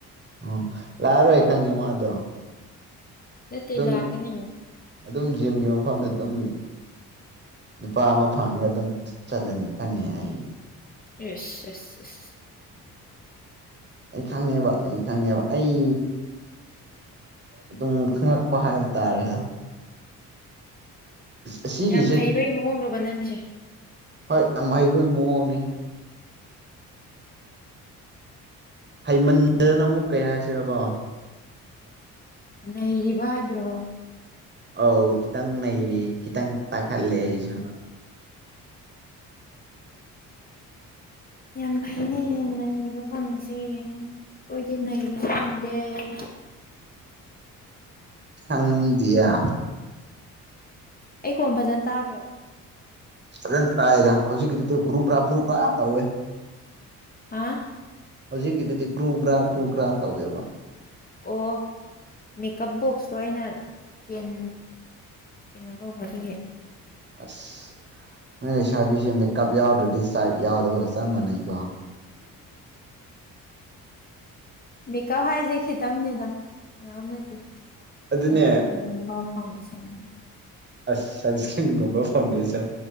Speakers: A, on the right; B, on the left.
A: ꯎꯝ ꯂꯥꯛꯑꯔꯣꯏ ꯈꯪꯉꯦ ꯃꯥꯗꯣ
B: ꯅꯠꯇ
A: ꯑꯗꯨꯝ
B: ꯂꯥꯛꯀꯅꯤ
A: ꯑꯗꯨꯝ ꯖꯤꯝꯒꯤ ꯃꯐꯝꯗ ꯑꯗꯨꯝ ꯅꯨꯄꯥ ꯑꯃ ꯐꯪꯉꯒ ꯑꯗꯨꯝ ꯆꯠꯂꯅꯤ ꯈꯪꯉꯦ ꯑꯩ
B: ꯌꯦꯁ ꯑꯦꯁ ꯑꯦꯁ
A: ꯑꯩ ꯈꯪꯉꯦꯕ ꯑꯩ ꯈꯪꯉꯦꯕ ꯑꯩ ꯑꯗꯨꯝ ꯈꯪꯂꯛꯄ ꯍꯥꯏꯕ ꯇꯥꯔꯦꯗ ꯑꯁꯤꯒꯤꯁꯦ
B: ꯌꯥꯝ ꯍꯩꯕꯩ ꯃꯑꯣꯣꯡꯗꯣꯕ ꯅꯪꯒꯤꯁꯦ
A: ꯍꯣꯏ ꯌꯥꯝ ꯃꯩꯕ ꯃꯑꯣꯡꯅꯤ ꯍꯩꯃꯟꯗꯅ ꯑꯃꯨꯛ ꯀꯩ ꯍꯥꯏꯁꯤꯔꯀꯣ
B: ꯂꯩꯔꯤꯕ ꯍꯥꯏꯗ꯭ꯔꯣ
A: ꯑ ꯈꯤꯇꯪ ꯅꯩꯔꯤ ꯈꯤꯇꯪ ꯇꯥꯈꯠꯂꯦ ꯑꯩꯁꯨ
B: ꯌꯥꯝ ꯐꯩꯅꯦ ꯅꯩꯕ ꯐꯪꯁꯦ ꯑꯩꯣꯏꯗꯤ ꯅꯩꯕꯁꯨ ꯐꯪꯗꯦ ꯑꯦ
A: ꯈꯪꯗꯌꯥ
B: ꯑꯩ ꯀꯣꯟ ꯐꯖꯅ ꯇꯥꯕ꯭ꯔꯣ
A: ꯁꯖ ꯇꯥꯥꯏꯗ ꯍꯧꯖꯤꯛ ꯀ ꯭ꯔꯨꯕ ꯔꯥꯄ꯭ꯔꯨꯕ ꯍꯦ
B: ꯍꯥꯥ
A: ꯍꯧꯖꯤꯛꯀꯤꯗꯨꯗꯤ ꯒ꯭ꯔꯨ ꯒ꯭ꯔꯥ ꯒ꯭ꯔꯨ ꯒ꯭ꯔꯥ ꯇꯧꯋꯦꯕ
B: ꯑꯣ ꯃꯦꯀꯞ ꯕꯣꯛꯁꯇꯣ ꯑꯩꯅ ꯆꯦꯟ ꯀꯩꯅꯣ ꯇꯧꯕꯗꯨ
A: ꯑꯁ ꯅꯣꯏꯁꯥꯕꯤꯁꯦ ꯃꯦꯀꯞ ꯌꯥꯎꯔꯗ꯭ꯔꯗꯤ ꯆꯥꯛ ꯌꯥꯎꯗꯕꯒ ꯆꯞ ꯃꯥꯟꯅꯩꯀꯣ
B: ꯃꯦꯀꯞ ꯍꯥꯏꯁꯦ ꯈꯤꯇꯪꯅꯦꯗ ꯃꯌꯥꯝ ꯅꯠꯇꯦ
A: ꯑꯗꯨꯅꯦ
B: ꯁꯟꯁꯀ꯭ꯔꯤꯟꯒꯨꯝꯕ ꯐꯥꯎꯟꯗꯦꯁꯟꯒꯨꯝ
A: ꯑꯁꯟ ꯁꯀꯟꯒꯨꯝꯕ ꯐꯥꯎꯟꯗꯦꯁ